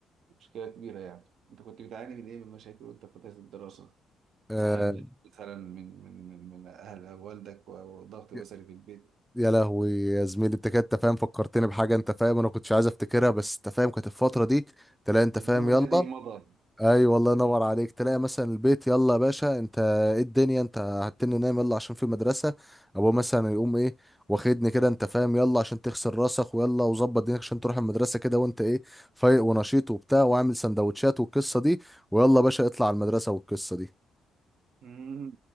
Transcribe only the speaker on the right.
مشكله كبيره يعني انت كنت بتعاني من ايه من مشاكل وانت في فتره الدراسه
صحيح مثلا من من من من اهل والدك وضغط
اسري في البيت
انه
الذي مضى
مم.